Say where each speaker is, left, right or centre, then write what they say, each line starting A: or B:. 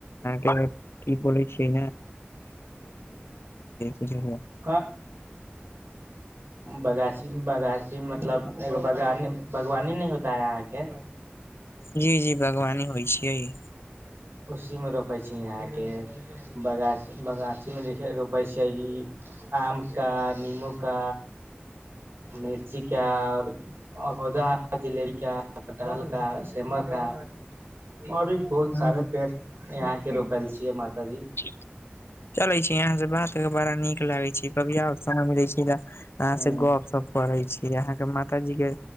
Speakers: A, on the left; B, on the right.
A: पइरह त ऽ लैइछियाई ना
B: <inaudible> बगासी बगासी मतलब ऐगो बान बागवानी नैय होता अहाँके।
A: जी जी बागवानी होइ छियई।
B: उसीमे रोपै छियै यहाँके बगासी बगासीमे रोपै छियै ई। आम का निंबु का मिर्ची का आओर। ओझा हेई जेलेबी का कटहल का सेमा का ओर भी बहुत
A: ह
B: सारे पेड़ यहां केँ रोपायल छियै माताजी।
A: कैया लई छिई आँहासे बात कैया क अ क बड़ा निक। लागे छै कभी आओर समय मिले छैयतऽ अहाँ
B: हूं
A: से गप सप करे छिई। अहाँ के माताजी के